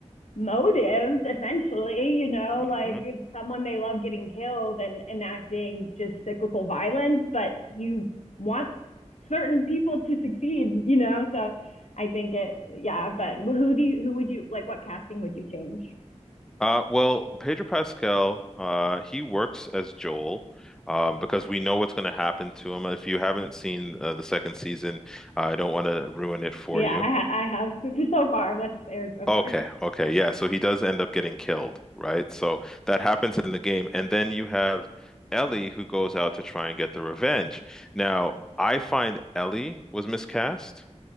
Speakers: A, on the left (about 70°); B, in the centre.
A: motives essentially you know
B: hmm
A: like someone they love getting killed and enacting just cyclical violence but you want certain people to succeed you know so i think it yeah but who do you who would you like what casting would you change
B: Uh, well, Pedro Pascal, uh, he works as Joel um, because we know what's going to happen to him. If you haven't seen uh, the second season, I don't want to ruin it for
A: yeah
B: you.
A: i, I have so far what's aired so far
B: Okay, okay, yeah. So he does end up getting killed, right? So that happens in the game. And then you have Ellie who goes out to try and get the revenge. Now, I find Ellie was miscast.